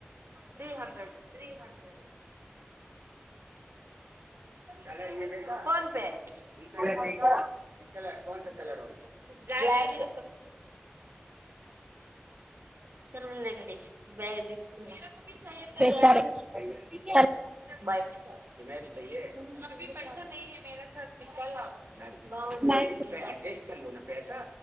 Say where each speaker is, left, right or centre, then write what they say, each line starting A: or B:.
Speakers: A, on the right (about 70°); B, on the right (about 25°).
A: త్రీ హండ్రెడ్ త్రీ హండ్రెడ్ కల ఫోన్ పే ఈ
B: సరే
A: కలర్ బేక తెల కొంత తెల ర బ్లాక్కె చరందండి బ్యాగ తీసుకుందాం బగ
B: సరే సరే
A: బైగ చ అ పైసా మేర బజస్
B: బాయ్
A: <unintelligible> ఉమ్ కైసా